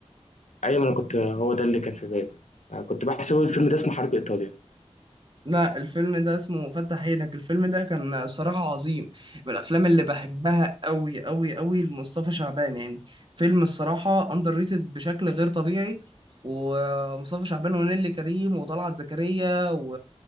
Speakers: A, on the left; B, on the right.
A: ايوه انا كنت هو ده اللي كان في بالي آه، كنت بحسب الفيلم ده اسمه حرب ايطاليا
B: لا الفيلم ده اسمه فتح عينك الفيلم ده كان صراحة عظيم من الافلام اللي بحبها قوي قوي قوي لمصطفى شعبان يعني فيلم الصراحة اندر ريتد بشكل غير طبيعي ومصطفى شعبان ونيلي كريم وطلعت زكريا و